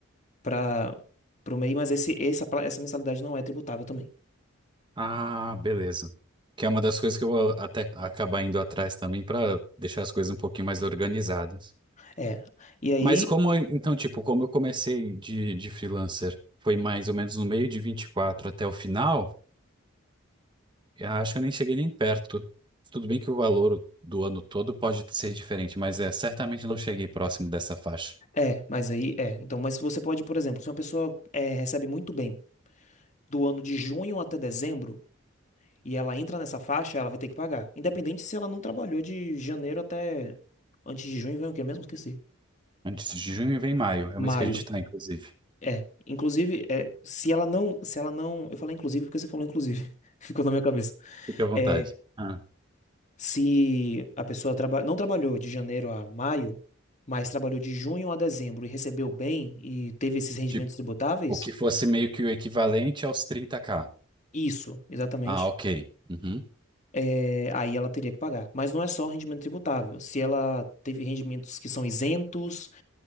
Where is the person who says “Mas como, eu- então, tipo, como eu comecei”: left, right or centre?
Right